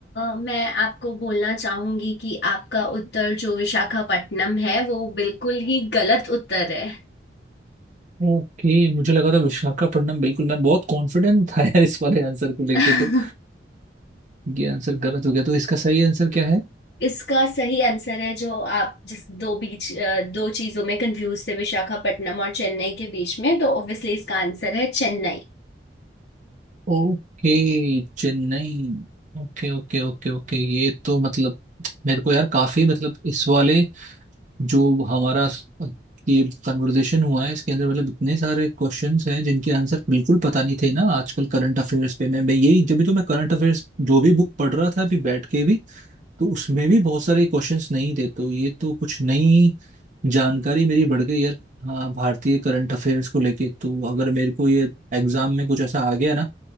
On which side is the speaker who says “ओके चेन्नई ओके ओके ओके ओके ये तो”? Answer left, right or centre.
Right